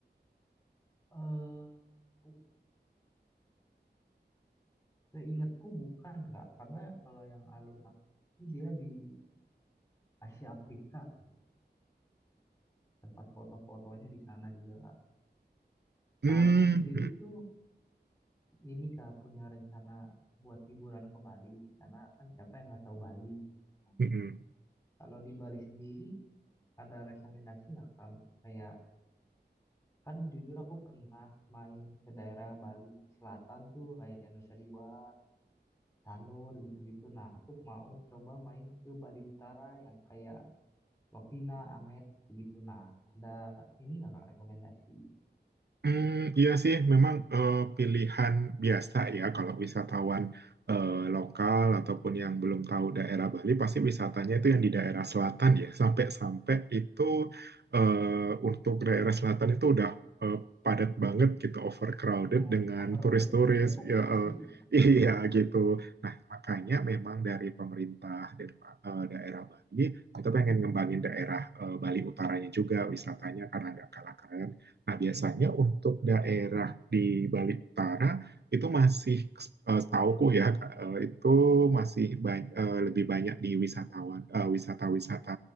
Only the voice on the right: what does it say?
Hmm,
mm-mm.
Hmm, iya sih, memang eh, pilihan biasa ya kalau wisatawan eh, lokal ataupun yang belum tahu daerah Bali pasti wisatanya itu yang di daerah selatan ya. Sampai-sampai itu eh, untuk daerah selatan itu udah eh, padat banget gitu, overcrowded
dengan
turis-turis.
Ya, eh,
<laughs> iya gitu. Nah, makanya memang dari pemerintah dan eh, daerah Bali itu pengen ngembangin daerah eh, Bali utaranya juga wisatanya karena nggak kalah keren Nah, biasanya untuk daerah di Bali Utara itu masih eh, setauku ya eh, itu masih ba- eh, lebih banyak di wisatawan eh, wisata-wisata